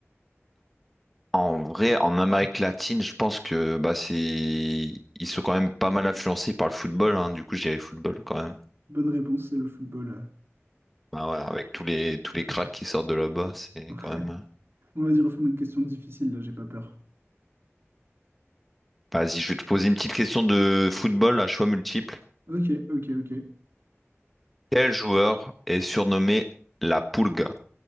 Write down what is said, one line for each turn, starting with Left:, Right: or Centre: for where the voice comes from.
Centre: En vrai, en Amérique latine, je pense que bah, c'est... ils sont quand même pas mal influencés par le football. hein. Du coup, je dirais football quand même.
Right: Bonne réponse, c'est le football.
Centre: Bah ouais, avec tous les tous les cracks qui sortent de là-bas, c'est
Right: <laughs>
Centre: quand même. euh,
Right: On va dire, refais-moi une question difficile, là, j'ai pas peur.
Centre: Vas-y, je vais te poser une petite question de football à choix multiple.
Right: Ok, ok, ok.
Centre: Quel joueur est surnommé la Pulga?